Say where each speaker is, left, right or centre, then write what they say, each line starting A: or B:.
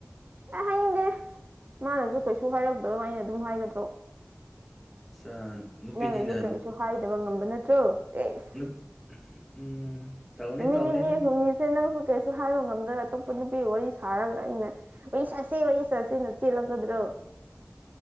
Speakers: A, on the right; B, in the centre.
A: ꯑꯦ ꯍꯥꯏꯅꯤꯡꯗꯦ ꯃꯥꯅꯁꯨ ꯀꯩꯁꯨ ꯍꯥꯏꯔꯛꯇ꯭ꯔꯣ ꯑꯩꯅ ꯑꯗꯨꯝ ꯍꯥꯏꯒꯗ꯭ꯔꯣ꯫
B: ꯑꯠꯆꯥ ꯅꯨꯄꯤꯅꯤꯅ
A: ꯅꯪꯅꯁꯨ ꯀꯔꯤꯁꯨ ꯍꯥꯏꯗꯕ ꯉꯝꯕ ꯅꯠꯇ꯭ꯔꯣ ꯑꯦꯁ
B: ꯎꯝ ꯇꯧꯅꯤ
A: ꯑꯗꯨꯃꯤꯅꯤꯗꯤ
B: ꯇꯧꯅꯤꯅ
A: ꯍꯨꯃꯤꯁꯦꯅ ꯀꯩꯁꯨ ꯍꯥꯏꯕ ꯉꯝꯗ꯭ꯔꯦ ꯑꯇꯣꯞꯄ ꯅꯨꯄꯤ ꯋꯥꯔꯤ ꯁꯥꯔꯒ ꯑꯩꯅ ꯑꯩ ꯁꯥꯁꯤꯦ ꯋꯥꯔꯤ ꯁꯥꯁꯤꯅ ꯆꯦꯜꯂꯛꯀꯗ꯭ꯔꯣꯕ